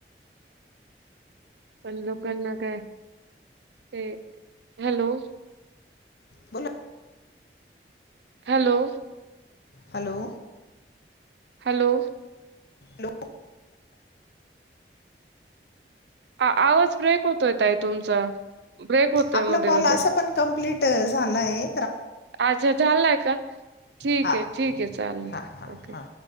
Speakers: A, on the right (about 75°); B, on the left (about 65°).
A: पण लोकांना काय ते हॅलो
B: बोला
A: हॅलो
B: हॅलो
A: हॅलो
B: हॅलो
A: आ आवाज ब्रेक होतोय ताई तुमचा. ब्रेक होतोय
B: आपला
A: मध्ये
B: कॉल
A: मध्ये.
B: असं पण कंप्लीट झालाय.
A: अच्छा झालाय का? ठीक
B: हां
A: आहे ठीक आहे चालेल
B: हां हां
A: ओके.
B: हां